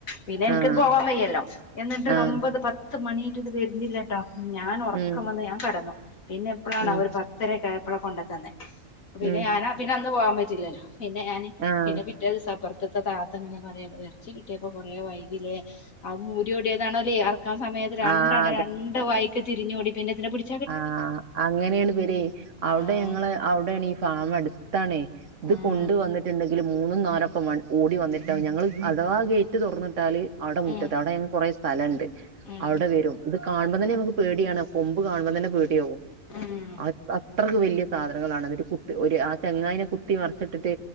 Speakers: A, on the left; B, on the right.
A: പിന്നെ എനിക്ക്ത്
B: ആഹ്
A: പോവാൻ വയ്യല്ലോ. എന്നിട്ട് ഇത്
B: ആഹ് ആഹ്
A: ഒമ്പത് പത്ത് മണിയാട്ടും ഇത് വരുന്നില്ലട്ടോ ഞാൻ ഒറക്കം
B: ഉം
A: വന്ന് ഞാൻ കെടന്നു. പിന്നെ എപ്പോളാണ്
B: ഉം
A: അവര് പത്തരക്കെ ആയപ്പളാ കൊണ്ട്തന്നെ. പിന്നെ
B: ഉം
A: ഞാനാ പിന്നെ അന്ന് പോകാൻ പറ്റില്ലല്ലോ പിന്നെ ഞാന്
B: ആഹ്
A: പിന്നെ പിറ്റേ ദിവസപ്പറ മുറ്റത്തെ താത്തങ്ങനെ പറയാ എറച്ചി കിട്ടിയപ്പോ കുറേ വൈകിലേ ആ മൂരിയോടിയതാണല്ലെ. ക്കാ സമയത്ത് രണ്ടണ്ണം
B: ആഹ്
A: രണ്ട് വൈക്ക് തിരിഞ്ഞോടി പിന്നെതിനെ പിടി
B: ആ അങ്ങനെണ് ഇവരെ അവിടെ
A: ആഹ്
B: ഞങ്ങള് അവിടെണ് ഈ ഫാമടുത്ത് ത്താണേ ഇത്
A: ആഹ്
B: കൊണ്ട് വന്നിട്ടുണ്ട്. ങ്കില് മൂന്നും നാലൊക്കെ ഓടി വന്നിട്ടാ ഞങ്ങള് അഥവാ ഗേറ്റ് തൊറന്നിട്ടാല് അവിടെ മുറ്റത്ത്
A: ഉം
B: അവിടെ ഞങ്ങക്ക്‌ കുറെ സ്ഥലൊണ്ട്.
A: ഉം
B: അവെടെ വെരും. ഇത് കാണുമ്പം തന്നെ ഞമ്മക്ക് പേടിയാണ്. കൊമ്പ് കാണുമ്പോ തന്നെ പേടിയാവും.
A: ഉം
B: അ അത്രയ്ക്ക് വെല്യാ സാധനങ്ങളാണ്. ഒരു കു ഒരു ആ ചെങ്ങായനേ കുത്തി. കുത്തി മറിച്ചിട്ടിട്ട്